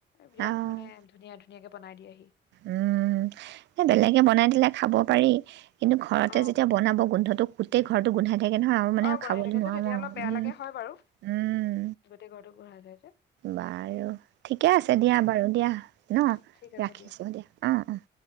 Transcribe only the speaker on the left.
বিৰাট
মানে ধুনীয়া ধ ধুনিয়াকে বনাই দি আহি
অ
অ গোন্ধাই
থাকে
যে তেতিয়া
অলপ বেয়া
লাগে হয় বাৰু
গোটেই ঘৰটো গোন্ধাই যায় যে
অ ঠিক আছে